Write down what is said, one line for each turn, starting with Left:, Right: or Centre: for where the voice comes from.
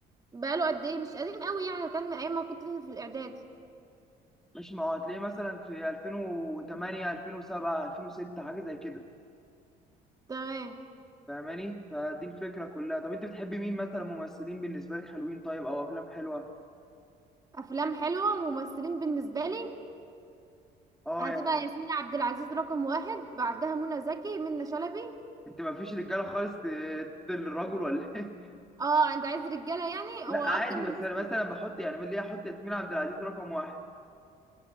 Right: بقاله قد ايه مش قديم قوي يعني كان من ايام ما كنت في الاعداد
Centre: مش ما هو هتلاقيه مثلا في 2008 2007 2006 حاجه زي كده
Right: تمام
Centre: فاهماني فدي الفكره كلها طب انت بتحبي مين مثلا ممثلين بالنسبه لك حلوين طيب او افلام حلوه
Right: افلام حلوه وممثلين بالنسبه لي
Centre: اه
Right: هتبقى
Centre: يعني
Right: ياسمين عبد العزيز رقم واحد بعدها منى زكي منى شلبي
Centre: انت ما فيش رجاله خالص ضد الرجل ولا إيه؟
Right: اه انت عايز رجاله يعني
Centre: لا
Right: هو اكتر
Centre: عادي
Right: ممثل
Centre: بس انا مثلا بحط يعني من ليه احط ياسمين عبد العزيز رقم واحد